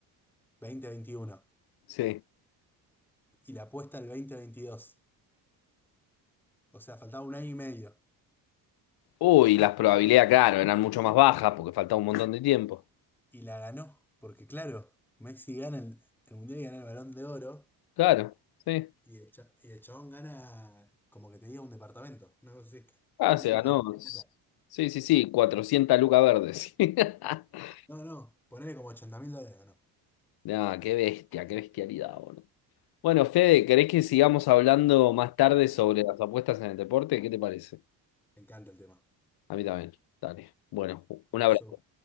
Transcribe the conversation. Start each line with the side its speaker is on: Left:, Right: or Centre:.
Centre: 2021
Left: sí.
Centre: y la apuesta el dos mil veintidós o sea, faltaba un año y medio,
Left: Uy, las probabilidades, claro, eran mucho más bajas porque faltaba un montón de tiempo.
Centre: y la ganó, porque claro, Messi gana el, el Mundial y gana el Balón de Oro,
Left: Claro, sí.
Centre: y el, cha- y el chabón gana como que te diga un departamento, una cosa así,
Left: Ah,
Centre: un
Left: se
Centre: disparate.
Left: ganó.
Centre: de plata.
Left: Sí, sí, sí, 400 lucas verdes. <laughs>
Centre: No, no, ponele como ochenta mil dólares, ganó.
Left: Ah, qué bestia, qué bestialidad, boludo. Bueno, Fede, ¿querés que sigamos hablando más tarde sobre las apuestas en el deporte? ¿Qué te parece?
Centre: Me encanta el tema.
Left: A mí también. Dale. Bueno, un
Centre: Un abrazo.
Left: abrazo.